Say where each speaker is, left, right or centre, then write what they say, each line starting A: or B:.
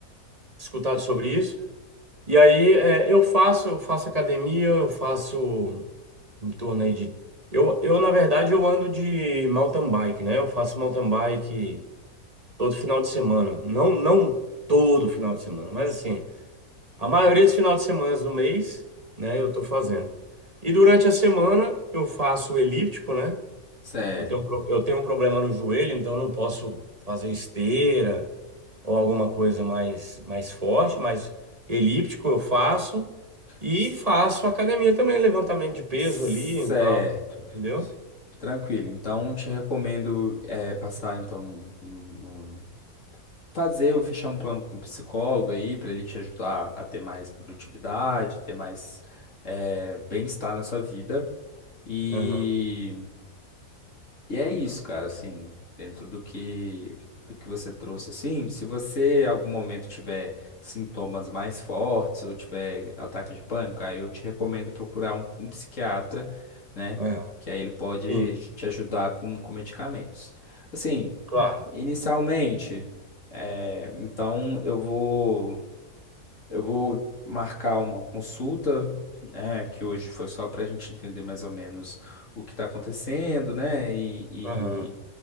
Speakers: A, on the right; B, on the left.
A: escutado sobre isso. E aí, é, eu faço, eu faço academia, eu faço em torno aí de. Eu, eu, na verdade, eu ando de mountain bike, né? Eu faço mountain bike todo final de semana. Não, não todo final de semana, mas assim, a maioria dos finais de semana do mês, né, eu tô fazendo. E durante a semana eu faço o elíptico, né?
B: Certo.
A: Eu tenho, um pro- eu tenho um problema no joelho, então eu não posso fazer esteira ou alguma coisa mais, mais forte, mas elíptico eu faço e
B: C-
A: faço academia também, levantamento de peso
B: Certo.
A: ali e tal, entendeu?
B: Tranquilo. Então, te recomendo é, passar então num, fazer ou fechar um plano com um psicólogo aí, para ele te ajudar a ter mais produtividade, ter mais eh, bem-estar na sua vida. E,
A: Aham,
B: e é isso, cara, assim, dentro do que do que você trouxe, assim, se você em algum momento tiver sintomas mais fortes ou tiver ataque de pânico, aí eu te recomendo procurar um, um psiquiatra, né?
A: aham.
B: Que aí ele pode
A: Sim,
B: te ajudar com, com medicamentos. Assim,
A: claro.
B: Inicialmente, é, então eu vou eu vou marcar uma consulta, né, que hoje foi só para a gente entender mais ou menos o que está acontecendo, né? E,
A: Aham.
B: e,